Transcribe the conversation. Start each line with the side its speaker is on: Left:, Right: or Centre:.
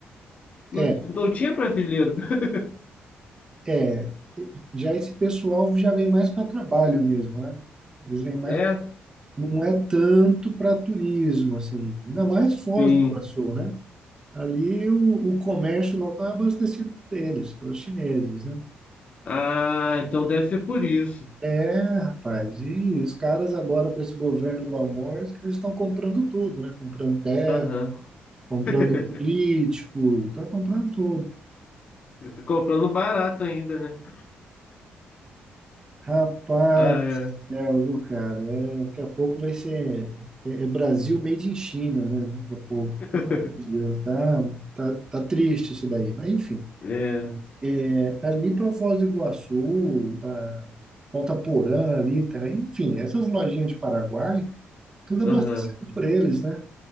Left: Não,
Right: É,
Left: não tinha brasileiro. <laughs>
Right: É, já esse pessoal já vem mais para trabalho mesmo, né? Eles vêm mais,
Left: É,
Right: pra- não é tanto para turismo, assim, ainda mais Foz
Left: sim.
Right: do Iguaçu, né? Ali o, o comércio local é abastecido por eles, pelos chineses, né?
Left: Ah, então deve ser por isso.
Right: É, rapaz, e os caras agora com esse governo do amor, eles estão comprando tudo, né? Comprando terra,
Left: Aham.
Right: comprando
Left: <laughs>
Right: político, estão comprando tudo.
Left: Eu tô comprando barato ainda, né?
Right: Rapaz
Left: Ah, é.
Right: do céu, viu, cara? É, daqui a pouco vai ser é, é Brasil made in China, né? Daqui a pouco.
Left: <laughs>
Right: Pelo amor de Deus, tá, tá, tá triste isso daí. Mas, enfim,
Left: É,
Right: é, ali para Foz do Iguaçu, a Ponta Porã ali também, enfim, essas lojinhas de Paraguai, tudo abastecido
Left: aham,
Right: por eles, né?